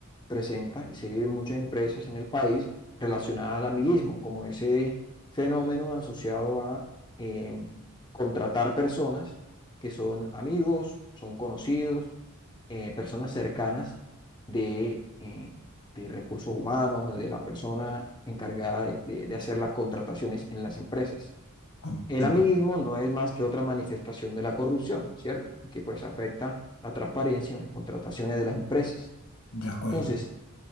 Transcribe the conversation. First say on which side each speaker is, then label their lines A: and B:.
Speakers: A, on the left; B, on the left.
A: presenta y se vive en muchas empresas en el país relacionada al amiguismo, como ese fenómeno asociado a em, contratar personas que son amigos, son conocidos, eh, personas cercanas de, eh, de recursos humanos, de la persona encargada de de- de hacer las contrataciones en las empresas.
B: Comprendo.
A: El amiguismo no es más que otra manifestación de la corrupción, ¿cierto? Y que pues afecta la transparencia en las contrataciones de las empresas.
B: De acuerdo.
A: Entonces,